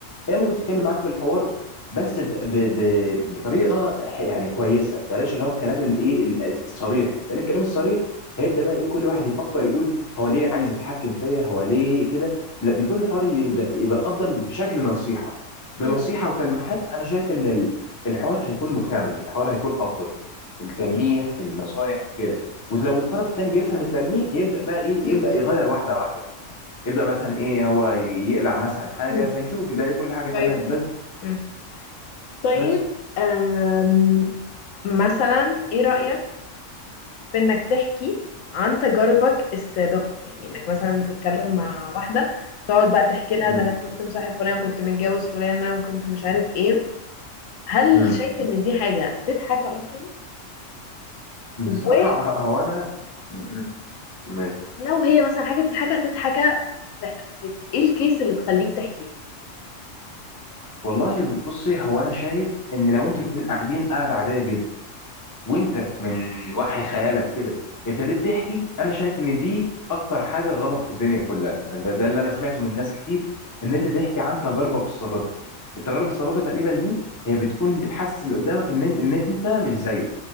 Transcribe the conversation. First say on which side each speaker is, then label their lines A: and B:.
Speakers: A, on the left; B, on the left.
A: هي ممكن تتكلم معاك في الحوار بس ب... ب... ب... بطريقه ح- يعني كويسه بلاش اللي هو الكلام الايه ال- الصريح لان الكلام الصريح هيبدا بقى ايه كل واحد يفكر يقول هو ليه عايز يتحكم فيا هو ليه كده لا بيكون الحوار يبقى, يبقى الافضل بشكل نصيحه بنصيحه
B: م-
A: وتلميحات انا شايف ان ال- الحوار هيكون مكتمل الحوار هيكون افضل التلميح
B: م-
A: النصايح كده ولو الطرف التاني بيفهم التلميح يبدا بقى ايه
B: م-
A: يبدا يغير واحده واحده يبدا مثلا ايه هو يقلع مثلا حاجه
B: م.
A: فيشوف يلاقي كل حاجه تمام
B: طيب
A: بس
B: مم. طيب
A: بس
B: أم، مثلا ايه رأيك في انك تحكي عن تجاربك السابقة يعني انك مثلا تتكلم مع واحدة تقعد بقى تحكي لها
A: امم
B: ده انا كنت مصاحب فلان كنت متجوز فلانة وكنت مش عارف ايه هل
A: امم
B: شايف ان دي حاجة تتحكى اصلا
A: بصراحه
B: و...
A: ه- هو انا امم كمان
B: ولو هي مثلا حاجة تتحكى تتحكى في... في ايه الكيس اللي تخليك تحكيها
A: والله بصي هو انا شايف ان لو انتوا الاتنين قاعدين قاعده عاديه جدا وانت من وحي خيالك كده ابتديت تحكي انا شايف ان دي اكتر حاجه غلط في الدنيا كلها ده ده اللي انا سمعته من ناس كتير ان انت تحكي عن تجاربك السابقه التجارب السابقه تقريبا دي هي بتكون بتحسس اللي قدامك ان ان انت مش زيه